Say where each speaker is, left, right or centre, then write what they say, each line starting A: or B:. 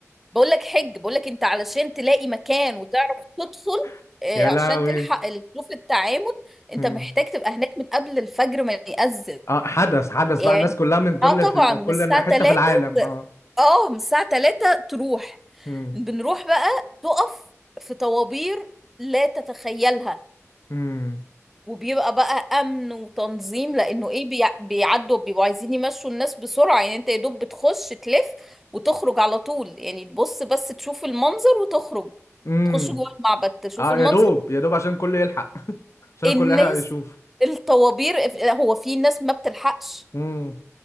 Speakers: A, in the centre; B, on the left.
A: بقول لك حج بقول لك انت علشان تلاقي مكان وتعرف تدخل
B: <laughs>
A: إيه
B: يا
A: عشان
B: لهوي
A: تلحق ال- تشوف التعامد انت
B: مم.
A: محتاج تبقى هناك من قبل الفجر ما يأذن
B: اه حدث حدث
A: يعني
B: بقى الناس كلها من كل
A: اه طبعا
B: في ال-
A: من
B: كل
A: الساعة
B: حتة
A: 3
B: في العالم اه
A: اه من الساعة 3 تروح
B: امم
A: بنروح بقى تقف في طوابير لا تتخيلها
B: امم
A: وبيبقى بقى امن وتنظيم لانه ايه بيع- بيعدوا بيبقوا عايزين يمشوا الناس بسرعه يعني انت يا دوب بتخش تلف وتخرج على طول يعني تبص بس تشوف المنظر وتخرج
B: امم
A: تخش جوه المعبد تشوف
B: اه
A: المنظر
B: يا دوب يا دوب عشان الكل يلحق <laughs> عشان
A: الناس
B: الكل يلحق يشوف
A: الطوابير هو في ناس ما بتلحقش
B: امم